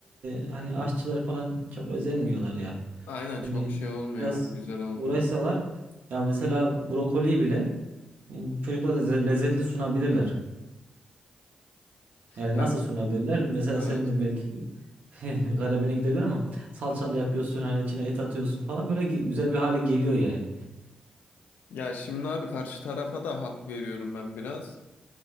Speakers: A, on the right; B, on the left.
A: e, hani aşçılar falan çok özenmiyorlar ya.
B: Aynen
A: Hani
B: çok şey olmuyor
A: biraz
B: abi, güzel olmuyor.
A: uğraşsalar ya mesela brokoli bile e, çocuklara lezze- lezzetli sunabilirler. Yani
B: Ya
A: nasıl sunabilirler? Mesela
B: evet.
A: senin de belki <laughs> garibine gidebilir ama salçalı yapıyorsun hani içine et atıyorsun falan böyle ge- güzel bir hale geliyor yani.
B: Ya şimdi abi karşı tarafa da hak veriyorum ben biraz.